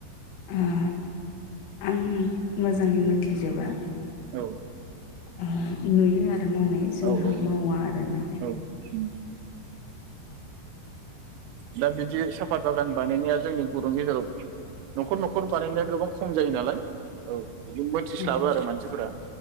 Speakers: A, on the left; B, on the right.
A: ओ आं मोजाङै मोन्थिजोबा।
B: औ
A: ओ नुयो आरो मावनाय जोंहा
B: औ औ
A: मावा आरो माने।
B: औ
A: <inaudible>
B: उम दा बिदि सा फात बानायनाया जोंनि बर'नि गेजेराव नखर नखर बानायनाया गोबां खम जायो नालाय औ बिदि मोनथिस्लाबो
A: औ
B: आरो मानसिफोरा